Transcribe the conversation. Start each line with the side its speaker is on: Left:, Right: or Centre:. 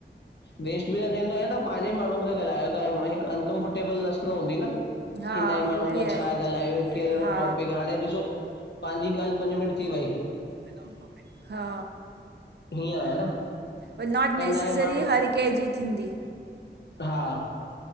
Left: वेस्ट बि न थींदो आहे त पंहिंजे माण्हुनि खे ॻाल्हायो ता हिकु अनकंफर्टेबल नस न हूंदी न।
Right: हा
Left: की नए
Right: उहो
Left: माण्हू खां
Right: बि आहे
Left: छा ॻाल्हायूं कहिड़ो
Right: हा
Left: टॉपिक हाणे ॾिसो पांजी ॻाल्हि पंज मिंट थी वई।
Right: विदाउट टॉपिक, हा
Left: हीअं आहे न
Right: पर नॉट
Left: ऐं
Right: नेसेसरी
Left: नए माण्हू
Right: हर कंहिंजी थींदी।
Left: हा